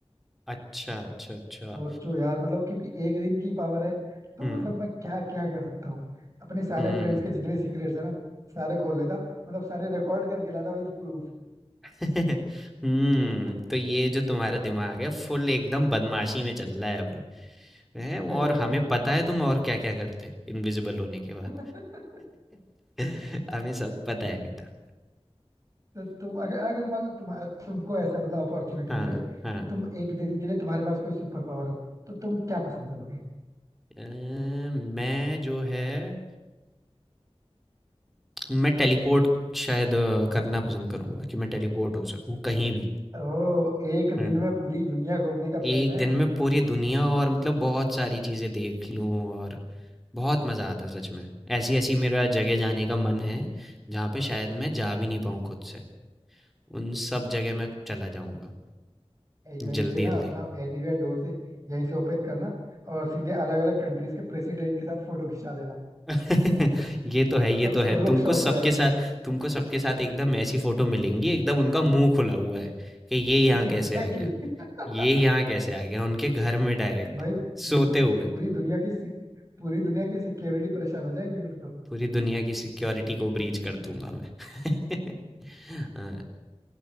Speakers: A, in the centre; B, on the right.
A: अच्छा अच्छा अच्छा
B: सोचो यार मतलब क्योंकि एक दिन की पावर है तो
A: हम्म
B: मतलब मैं क्या क्या कर सकता हूँ अपने सारे
A: हम्म
B: फ्रेंड्स के जितने सीक्रेट्स है ना सारे खोल लेता मतलब सारे रिकॉर्ड करके लाता विद प्रूफ
A: <laughs> हम्म
B: <laughs>
A: तो ये जो तुम्हारा दिमाग है फुल एकदम बदमाशी में चल रहा है अभी है और
B: सही बात
A: हमें
B: है
A: पता है तुम और क्या क्या करते इनविजिबल होने के
B: <laughs>
A: बाद <laughs> हमें सब पता है बेटा
B: तो तुम अगर अगर मान लो तुम तुमको ऐसा मतलब अपॉर्चुनिटी
A: हाँ
B: मिले
A: हाँ
B: कि तुम एक दिन के लिए तुम्हारे पास कोई सुपर पावर हो तो तुम क्या पसंद करोगे
A: अ, मैं जो है मैं टेलीपोर्ट शायद अ, करना पसंद करूंगा कि मैं टेलीपोर्ट हो सकूं कहीं भी
B: ओ एक
A: हुँ।
B: दिन में पूरी दुनिया घूमने का प्लान
A: एक
B: है
A: दिन में पूरी दुनिया और मतलब बहुत सारी चीज़ें देख लूँ और बहुत मज़ा आता सच में। ऐसी-ऐसी मेरा जगह जाने का मन है, जहाँ पे शायद मैं जा भी नहीं पाऊँ खुद से। उन सब जगह मैं चला जाऊँगा,
B: यहीं
A: जल्दी-जल्दी।
B: से ना अपना एनीवेयर डोर से यहीं से ओपन करना और सीधे अलग अलग कंट्रीज के प्रेसिडेंट के साथ फोटो खिंचा लेना
A: <laughs> ये तो है, ये
B: अब
A: तो है।
B: सब
A: तुमको
B: लोग शॉक
A: सबके
B: हो जाएंगे
A: साथ
B: भाई
A: तुमको सबके साथ एकदम ऐसी फ़ोटो मिलेंगी, एकदम उनका मुँह खुला हुआ है कि ये यहाँ
B: <laughs> Exactly
A: कैसे आ गया?
B: exactly.
A: ये
B: <laughs>
A: यहाँ कैसे आ गया? उनके घर में डायरेक्ट,
B: भाई पूरी
A: सोते हुए।
B: पूरी दुनिया की सिक- पूरी दुनिया की सिक्योरिटी परेशान हो जाएगी फिर तो
A: पूरी दुनिया की सिक्योरिटी को ब्रीच कर दूँगा मैं। <laughs> हाँ,